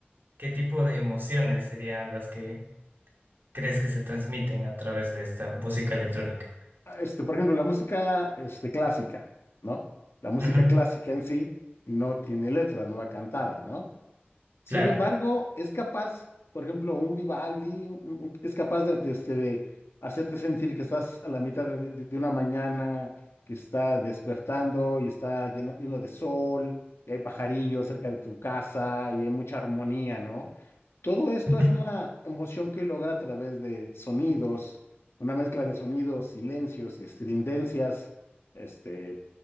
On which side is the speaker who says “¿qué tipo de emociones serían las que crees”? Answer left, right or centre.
Right